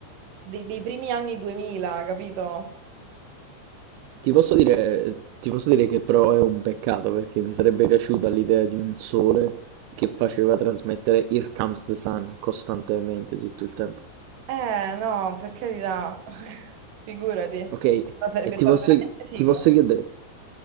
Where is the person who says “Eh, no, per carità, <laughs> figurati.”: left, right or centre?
Right